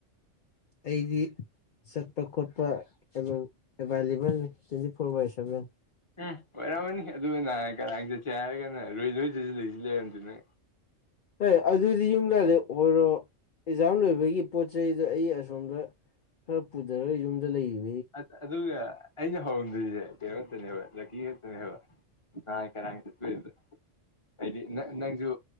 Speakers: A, on the left (about 45°); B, on the left (about 25°).
A: ꯑꯩꯗꯤ ꯆꯠꯄ ꯈꯣꯠꯄ ꯀꯩꯅꯣ ꯑꯦꯕꯥꯏꯂꯦꯕꯜꯅꯤ ꯇ꯭ꯋꯦꯟꯇꯤ ꯐꯣꯔ ꯕꯥꯏ ꯁꯚꯦꯟ
B: ꯎꯝ ꯑꯣꯏꯔꯝꯃꯅꯤ ꯑꯗꯨ ꯅꯍꯟ ꯀꯔꯥꯡ ꯆꯠꯁꯦ ꯍꯥꯏꯔꯒꯅ ꯔꯣꯏꯗꯣꯏ ꯂꯩꯁꯨ ꯂꯩꯔꯝꯗꯦ ꯅ
A: ꯍꯣꯏ ꯑꯗꯨꯗꯤ ꯌꯨꯝꯗ ꯑꯣꯏꯔꯣ ꯑꯦꯛꯖꯥꯝ ꯂꯣꯏꯕꯒꯤ ꯄꯣꯠ ꯆꯩꯗꯣ ꯑꯩ ꯑꯁꯣꯝꯗ ꯈꯔ ꯄꯨꯊꯔꯒ ꯌꯨꯝꯗ ꯂꯩꯌꯨ
B: ꯑ ꯑꯗꯨꯒ ꯑꯩꯅ ꯍꯧꯔꯝꯗꯣꯏꯁꯦ ꯀꯩꯅꯣ ꯉꯛꯇꯅꯦꯕ ꯂꯛꯀꯤ ꯈꯛꯇꯅꯦꯕ ꯅꯍꯥꯟ ꯀꯔꯥꯡ ꯆꯠꯄꯩꯗꯨꯗ ꯑꯩꯗꯤ ꯅꯪꯁꯨ